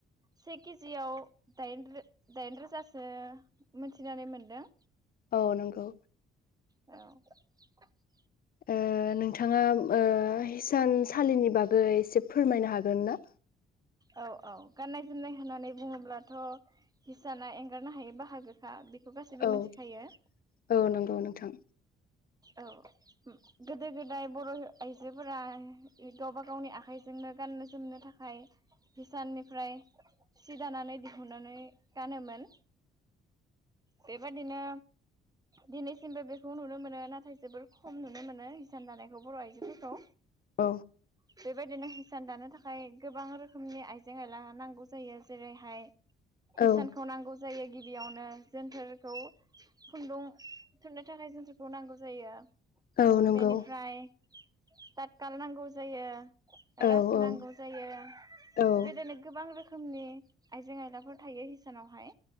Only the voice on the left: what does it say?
औ नोंगौ।
ओ नोंथाङा ओ हिसानसालिनि बागै एसे फोरमायनो हागोन ना
औ औ
नोंगौ नोंथां।
औ।
औ
औ नंगौ
औ
औ
औ